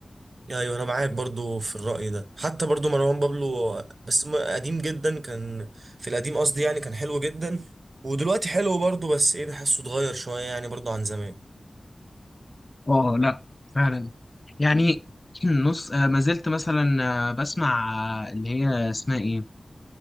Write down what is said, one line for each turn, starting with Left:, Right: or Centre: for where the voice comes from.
Right: ايوه انا معاك برضو في الرأي ده حتى برضو مروان بابلو بس م- قديم جدا كان في القديم قصدي يعني كان حلو جدا ودلوقتي حلو برضو بس ايه بحسه اتغير شويه يعني برضو عن زمان
Left: اه لا فعلا يعني <clears throat> نص آه، ما زلت مثلا آه، بسمع آه، اللي هي اسمها إيه